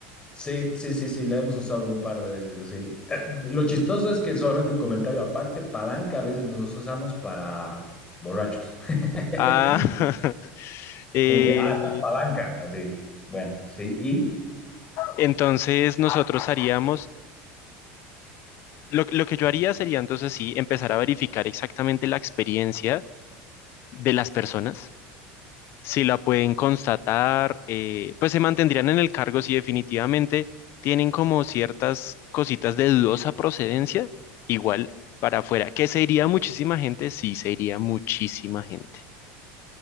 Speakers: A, on the left; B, on the left.
A: Sí, sí, sí, sí, la hemos usado un par de veces así. Eh, Lo chistoso es que solamente un comentario aparte, palanca a veces nosotros usamos para borrachos. <laughs>
B: Ah, <laughs> eh,
A: Como que, ah, estás palanca, así. Bueno, sí, y
B: entonces nosotros haríamos Lo, lo que yo haría sería entonces sí empezar a verificar exactamente la experiencia de las personas, si la pueden constatar, eh, pues se mantendrían en el cargo si definitivamente tienen como ciertas cositas de dudosa procedencia, igual para afuera. ¿Que se iría muchísima gente? Sí, se iría muchísima gente.